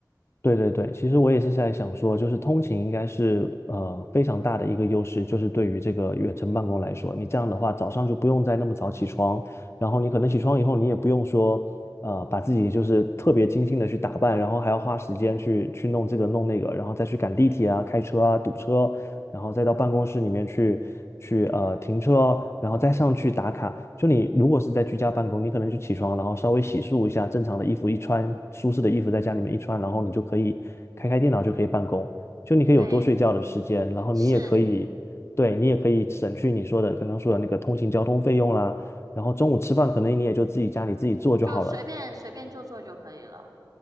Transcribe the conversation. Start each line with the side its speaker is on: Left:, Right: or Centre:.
Left: 对对对，其实我也是在想说，就是通勤应该是呃非常大的一个优势，就是对于这个远程办公来说，你这样的话早上就不用再那么早起床，然后你可能起床以后你也不用说呃把自己就是特别精心的去打扮，然后还要花时间去去弄这个弄那个，然后再去赶地铁啊、开车啊、堵车，然后再到办公室里面去去呃停车哦，然后再上去打卡。就你如果是在居家办公，你可能就起床，然后稍微洗漱一下，正常的衣服一穿，舒适的衣服在家里面一穿，然后你就可以开开电脑就可以办公。就你可以有多睡觉的时间，
Right: 对，
Left: 然后你也可以，
Right: 是，
Left: 对，你也可以省去你说的刚刚说的那个通勤交通费用啦。然后中午吃饭可能你也就自己家里自己做就好了。
Right: 就随便随便做做就可以了。